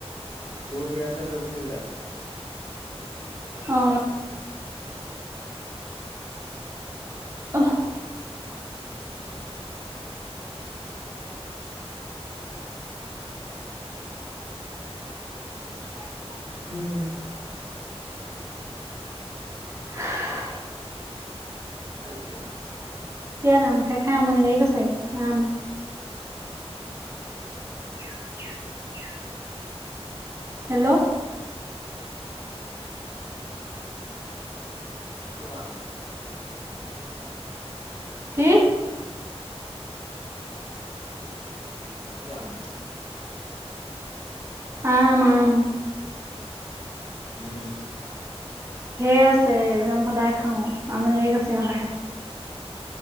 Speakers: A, on the left; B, on the right.
A: চুৰ সেই আছে লৈ গুচি যায়।
B: অ অহ হয়
A: উম
B: <unintelligible>
A: <unintelligible>
B: কিয় আম খাই খাই আমনি লাগি গৈছে আম <inaudible> হেল্ল'
A: লাম
B: কি
A: আম
B: আম আম
A: হম
B: ধেৰ আছে একদম সদায় খাও আমনি লাগি গৈছে খাই খাই